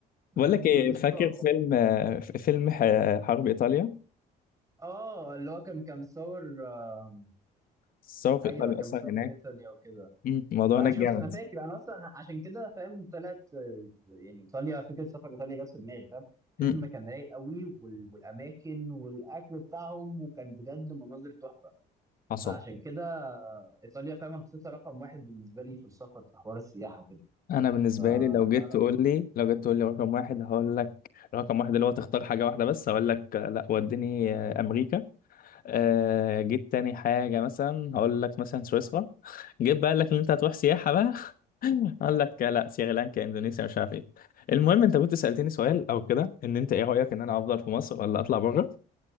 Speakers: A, on the right; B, on the left.
A: بجد
B: بقول لك ايه
A: يا اسطى
B: فاكر فيلم
A: كانت-
B: آه، ف- فيلم ح- حرب ايطاليا
A: اه اللي هو كان كان مصور آه،
B: الثوره في
A: ايوه
B: ايطاليا
A: كان
B: اصلا
A: مصور
B: هناك
A: في ايطاليا وكده
B: مم. الموضوع
A: انا
B: هناك
A: شفت
B: جامد
A: انا فاكر انا اصلا عشان كده فاهم طلعت آه، يعني ايطاليا فكره سفر ايطاليا جت في دماغي فاهم فيلم
B: مم.
A: كان رايق قوي وال- والاماكن والاكل بتاعهم وكان بجد مناظر تحفه
B: حصل
A: فعشان كده ايطاليا فاهم انا حطيتها رقم واحد بالنسبه لي في السفر في حوار السياحه وكده
B: انا بالنسبه
A: فلا
B: لي لو جيت
A: لا
B: تقول لي لو جيت تقول لي رقم واحد هقول لك رقم واحد اللي هو تختار حاجه واحده بس هقول لك آه، لا وديني آه، امريكا آه جيت تاني حاجة مثلا هقول لك مثلا سويسرا <laughs> جيت بقى لك ان انت هتروح سياحة بقى <laughs> اقول لك لا سريلانكا اندونيسيا مش عارف ايه المهم انت كنت سألتني سؤال او كده ان انت ايه رأيك ان انا افضل في مصر ولا اطلع بره